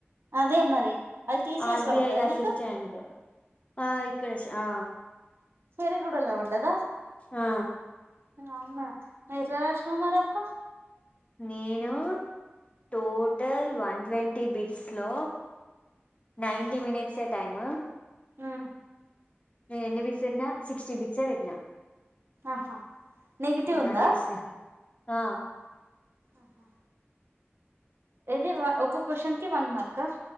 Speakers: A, on the right (about 60°); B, on the left (about 30°).
A: అదే మరి అది టీసీఎస్
B: ఆర్బిఐ
A: లో పడ్డదా
B: అసిస్టెంట్
A: నీకు
B: ఆ ఇక్కడ హ
A: షేరి గుడ్డలో పడ్డదా
B: ఆ
A: అవునా ఎట్లా రాసినవ్వు అప్పుడు
B: నేను టోటల్ వన్ ట్వంటీ బిట్స్ లో నైన్టీ మనిట్స్ టైమ్
A: ఆ
B: నేను ఎన్ని బిట్స్ పెట్నా స సిక్స్టీ బిట్స్యే పెట్టినా
A: ఆహా నెగిటివ్
B: ఇంకా
A: ఉందా
B: సిక్స్ ఆ
A: ఆహా ఏది ఒక క్వశ్చన్ కి వన్ మార్కా